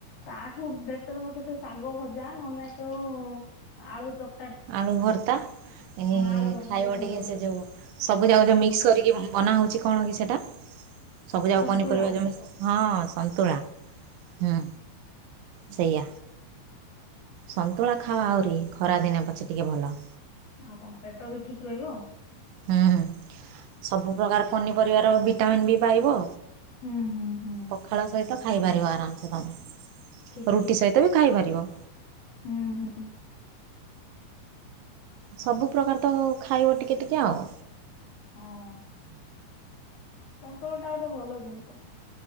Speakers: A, on the left; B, on the right.
A: ତାଠୁ ବେଟର ମତେ ସେ ଶାଗ ଭଜା ନହେଲେ ତ ଆଳୁ ଚ
B: ଆଳୁ ଭର୍ତା ଏ,
A: ଆଳୁ ଭର୍ତାରେ
B: ଖାଇବ
A: ଭଲ
B: ଟିକେ
A: ଲାଗୁଛି
B: ସେ ଯୋଉ ସବୁ
A: ସାଧା
B: ଯାଗ ଯଉ ମିକ୍ସ
A: ଭଲ ଲାଗୁଛି।
B: କରିକି ବନା ହେଉଛି କଣ କି ସେଟା ସବୁ ଜା
A: ସନ୍ତୁଳା
B: ପନିପରିବା ଯୋଉଁ ହଁ ସନ୍ତୁଳା, ହୁଁ। ସେଇଆ ସନ୍ତୁଳା ଖାଅ ଆହୁରି ଖରାଦିନେ ପଛେ ଟିକେ ଭଲ।
A: ଆଉ କଣ ପେଟ ବି ଠିକ୍ ରହିବ।
B: ହୁଁ ହୁଁ। ସବୁପ୍ରକାର ପନିପରିବାର ଭିଟାମିନ୍ ବି ପାଇବ।
A: ହୁଁ ହୁଁ ହୁଁ
B: ପଖାଳ ସହିତ ଖାଇପାରିବ ଆରାମସେ ତମେ।
A: ଠିକ
B: ରୁଟି
A: ଠିକ
B: ସହିତ ବି ଖାଇ ପାରିବ।
A: ହୁଁ ହୁଁ।
B: ସବୁ ପ୍ରକାର ତ ଖାଇବ ଟିକେ ଟିକେ ଆଉ।
A: ହଁ। ସନ୍ତୁଳା ଟା ଗୋଟେ ଭଲ ଜିନିଷ।